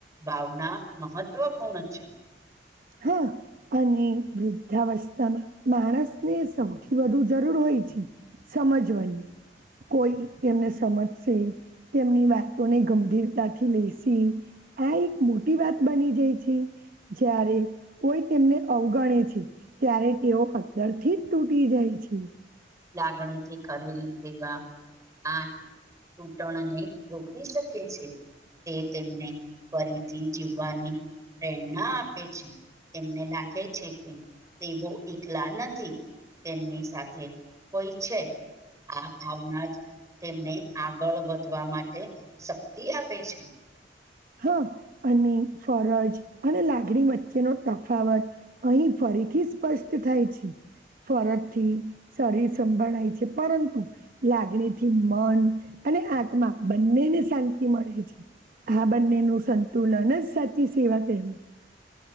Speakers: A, on the right (about 20°); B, on the right (about 50°).
A: ભાવના મહત્વપૂર્ણ છે.
B: હા. અને વૃદ્ધાવસ્થામાં માણસને સૌથી વધુ જરૂર હોય છે. સમજવાની કોઈ તેમને સમજશે, તેમની વાતોને ગંભીરતાથી લેશે, આ એક મોટી વાત બની જાય છે જ્યારે, કોઈ તેમને અવગણે છે ત્યારે તેઓ અંદરથી જ તૂટી જાય છે.
A: લાગણીથી કરેલી તેવા આ ટૂટણને, રોકી શકે છે તે તેમને ફરીથી જીવવાની પ્રેરણા આપે છે તેમને લાગે છે કે તેવો એકલા નથી તેમની સાથે હોય છે આ ભાવના જ તેમને આગળ વધવા માટે શક્તિ આપે છે
B: હા અને ફરજ અને લાગણી વચ્ચેનોો તફાવત અહીં ફરીથી સ્પષ્ટ થાય છે ફરજથી શરીર સંભાળાય છે પરંતુ લાગણીથી મન અને આત્મા બંનેને શાંતિ મળે છે બંને નું સંતુલન સાચી સેવા કહેવાય